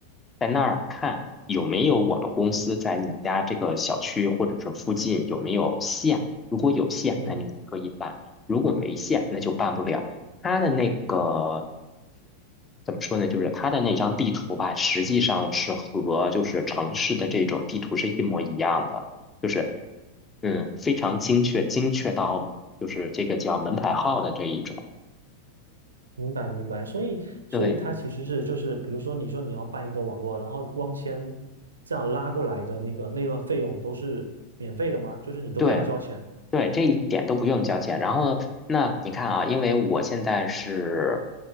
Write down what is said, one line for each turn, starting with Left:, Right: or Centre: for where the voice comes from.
Left: 在那儿看有没有我们公司在你家这个小区或者是附近有没有线。如果有线，
Right: 嗯
Left: 那你可以办；如果没线，那就办不了。他的那个怎么说呢？就是他的那张地图吧，实际上是和就是城市的这种地图是一模一样的，就是嗯非常精确，精确到就是这个叫门牌号的这一种。
Right: 明白明白，所以所以它其实是就是，
Left: 对
Right: 比如说你说你要办一个网络，然后光纤这样拉过来的那个那段费用都是免费的吗？就是你都不要交钱？
Left: 对。对，这一点都不用交钱。然后，那你看啊，因为我现在是，